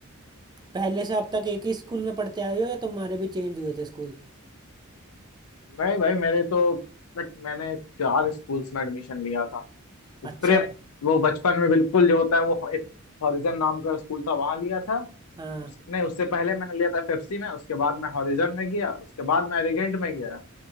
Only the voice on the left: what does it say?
नहीं भाई मेरे तो लाइक मैंने चार स्कूल्स में एडमिशन लिया था
प्रेप वो बचपन में बिल्कुल जो होता है वो एक हॉरिजन नाम का स्कूल था वहां लिया था
उसने उससे पहले मैंने लिया था एफएफसी में उसके बाद मैं हॉरिजन में गया उसके बाद मैं एलिगेंट में गया